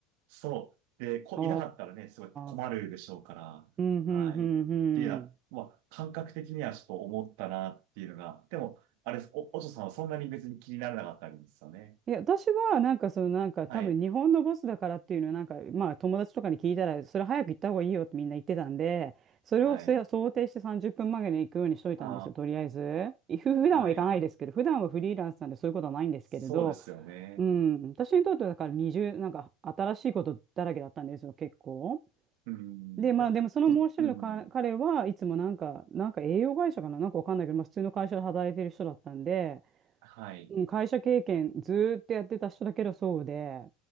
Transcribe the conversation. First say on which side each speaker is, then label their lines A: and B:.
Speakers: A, on the right; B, on the right.
A: そう。で、こ、
B: お
A: いなかったらね、すごい困るでしょうから、
B: ー。うん、うん、
A: はい。
B: うん、
A: っていうのは、
B: うん。
A: まあ、感覚的にはちょっと思ったなっていうのが、でも、あれです、お、お嬢さんはそんなに別に気にならなかったわけですよね。
B: いや、私は、なんか、その、なんか、
A: はい。
B: 多分、日本のボスだからっていうのは、なんか、まあ、友達とかに聞いたら、それ早く行った方がいいよってみんな言ってたんで、それをせ想定して30分前に行くようにしといたんですよ、
A: はい。あ
B: とりあえず。ふ普段は行かないですけど、
A: あ、はい。
B: 普段はフリーランスなんでそういうことはないんですけれど、
A: そうですよね。
B: うん、私にとってはだから20、なんか新しいことだらけだったんですよ、結構。
A: うん。
B: で、まあでもそのもう一人のか彼はいつもなんか、
A: で、と、うん。
B: なんか栄養会社かな、なんかわかんないけど、まあ普通の会社で働いてる人だったんで、
A: はい。
B: うん、会社経験ずーっとやってた人だけどそうで、